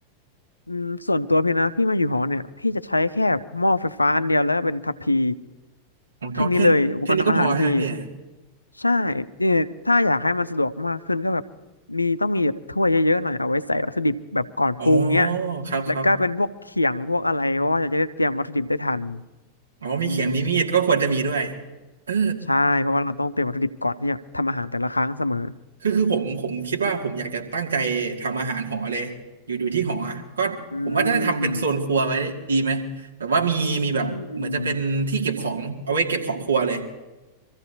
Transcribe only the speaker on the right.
ผมก็แค่แค่นี้ก็พอใช่ไหมพี่
อ๋อครับครับ
อ๋อมีเขียงมีมีดก็ควรจะมีด้วย
เออ
คือคือผมผมคิดว่าผมอยากจะตั้งใจทำอาหารหอเลยอยู่อยู่ที่หออะก็ผมว่าจะทำเป็นโซนครัวไว้ดีไหมแบบว่ามีมีแบบเหมือนจะเป็นที่เก็บของเอาไว้เก็บของครัวเลย